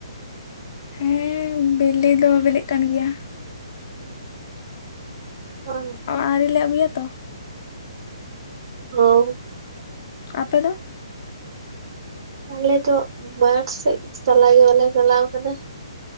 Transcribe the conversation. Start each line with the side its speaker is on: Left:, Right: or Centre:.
Left: ᱦᱮᱸ ᱵᱤᱞᱤ ᱫᱚ ᱵᱤᱞᱤᱜ ᱠᱟᱱ ᱜᱮᱭᱟ
Right: <unintelligible>
Left: ᱚ ᱟᱹᱣᱨᱤ ᱞᱮ ᱟᱜᱩᱭᱟ ᱛᱚᱼᱼ
Right: <unintelligible>
Left: ᱟᱯᱮ ᱫᱚᱼᱼ
Right: ᱟᱞᱮ ᱫᱚ ᱢᱟᱴ ᱥᱮᱫ ᱪᱟᱞᱟᱜ ᱜᱮ ᱵᱟᱞᱮ ᱪᱟᱞᱟᱣ ᱠᱟᱱᱟ